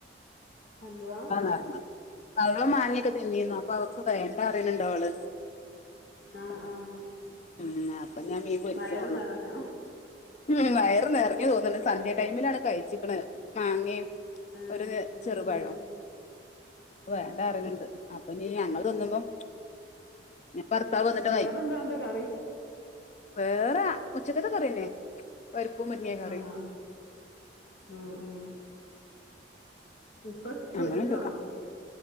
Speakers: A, on the left; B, on the left.
A: എന്തുവാ
B: ആന്നന്ന്ന്നാന്ന് അവളും മാങ്ങയൊക്കെതിന്നീന്ന അപ്പൊ അവക്ക് വേണ്ടറിയണണ്ടോ അവള്?
A: ആഹ് ആഹ്
B: ഉം അപ്പൊ ഞാൻ പൊരിക്കുണെള്ളു.
A: വയറ് നിറഞ്ഞോ
B: ഉം വയറ് നെറഞൂ തോന്നണ് സന്ധ്യ ടൈമിലാണ് കഴിച്ചിക്കണ് മാങ്ങേം-
A: ആഹ്
B: ഒരിത് ചെറുപഴം.
A: ഉം
B: വേണ്ട
A: ആഹ്
B: അറിയിണ്ട് അപ്പൊ ഇനി ഞങ്ങൾ തിന്നുമ്പം ഇനിഭർത്താവ് വന്നിട്ടേ
A: വേറെന്തോണ്ട് കറി.
B: വേറെ ഉച്ചക്കത്തെ കറിയന്നേ- പരിപ്പും മഞ്ഞേംകറി
A: ആഹ്
B: ഉം.
A: ആഹ് ആഹ് ഇപ്പൊ പൊരിക്കുവാണോ
B: അങ്ങനെണ്ട്